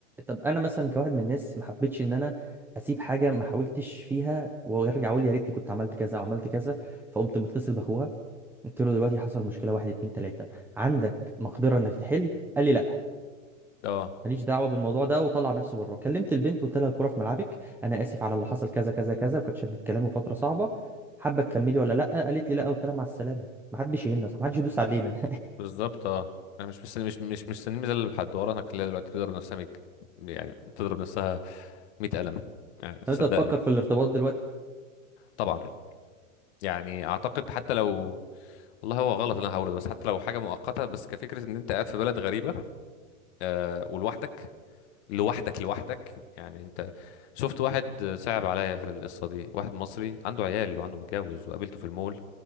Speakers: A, in the centre; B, on the left.
A: طب انا مثلا كواحد من الناس ما حبيتش ان انا اسيب حاجه ما حاولتش فيها وارجع اقول يا ريت كنت عملت كذا او عملت كذا فقمت متصل باخوها قلت له دلوقتي حصل مشكله واحد اتنين تلاته عندك مقدره انك تحل قال لي لا
B: اه
A: ماليش دعوه بالموضوع ده وطلع نفسه بره كلمت البنت قلت لها الكوره في ملعبك انا اسف على اللي حصل كذا كذا كذا وكانت شدت كلامه فتره صعبه حابه تكملي ولا لا قالت لي لا قلت لها مع السلامه محدش يهنا محدش يدوس علينا
B: بالظبط اه انا مش مستني مش مش مستني ميزة لحد ورا انا كلها دلوقتي بتضرب نفسها مج... يعني بتضرب نفسها 100 قلم
A: <laughs>
B: يعني صدقني
A: لو انت بتفكر في الارتباط دلوقتي
B: طبعا يعني اعتقد حتى لو والله هو غلط اللي انا هقوله ده بس حتى لو حاجه مؤقته بس كفكره ان انت قاعد في بلد غريبه آه ولوحدك لوحدك لوحدك يعني انت شفت واحد صعب عليا في القصه دي واحد مصري عنده عيال وعنده متجوز وقابلته في المول